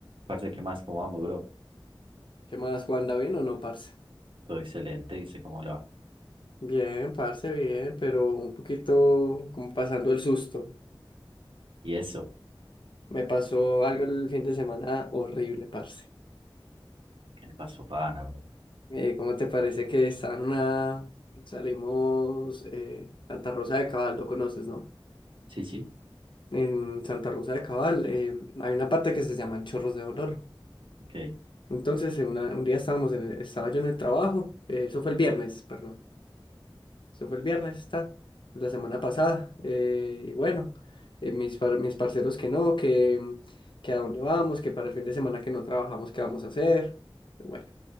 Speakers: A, on the right; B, on the left.
A: Parce, ¿qué más? ¿Cómo vamos, bro?
B: ¿Qué más, Juan? ¿Da bien o no, parce?
A: Todo excelente, dice, ¿cómo le va?
B: Bien, parce, bien, pero un poquito como pasando el susto.
A: ¿Y eso?
B: Me pasó algo el fin de semana horrible, parce.
A: ¿Qué le pasó, pana, bro?
B: Eh, ¿cómo te parece que está en una... Salimos eh, Santa Rosa de Cabal, lo conoces, ¿no?
A: Sí, sí,
B: En Santa Rosa de Cabal eh, hay una parte que se llaman Chorros de Dolor.
A: ok.
B: Entonces, en una- un día estábamos en el- estaba yo en el trabajo, eh, eso fue el viernes, perdón. Se fue el viernes, está, la semana pasada. eh, y bueno, eh, mis, par- mis parceros que no, que, que a dónde vamos, que para el fin de semana que no trabajamos, ¿qué vamos a hacer? Bueno,